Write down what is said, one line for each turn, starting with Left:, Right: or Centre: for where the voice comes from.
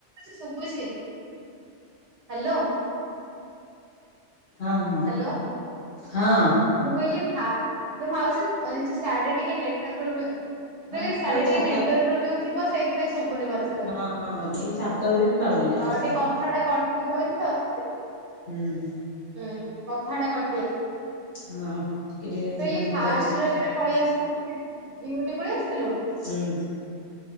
Right: ଶୁଭୁଛି ହ୍ୟାଲୋ।
Left: ହଁ ହଁ
Right: ହ୍ୟାଲୋ
Left: ହଁ।
Right: ମୁଁ କହିଲି ଫା ମାଉସି ସାଢେ ଟିକେ ନେଟୱା ପୋବ୍ଲେ
Left: ହଁ
Right: ସି
Left: ଭାଇ
Right: ଆଢେ
Left: ଛାତ
Right: ଟିକେ ନେଟୱାର୍କ ପ୍ରୋବ୍ଲେ ଥିବ ସେଇଥିାଇଁଶୁଭୁନି ଭସେ
Left: ହଁ ହଁଁ ଏଇ ଛାତ ଉପରେ ବି ପାଉନି
Right: ହଁ
Left: ଟାୱର।
Right: <unintelligible>
Left: ହୁଁ ହୁଁ।
Right: ହୁଁ କଥା ଟା କଟିଏ
Left: ହଁ
Right: ମୁଁ
Left: ଟିକେ ଟିକେ
Right: କହିଲ
Left: ଧପ
Right: ଫାଷ୍ଟ
Left: ଧପ ହଉଛି
Right: ରଜ ପଳେଇ ଆସିଥିଲ ଡିୟୁଟି ପଳେଇ ଆସିଥିଲୁ।
Left: ହୁଁ।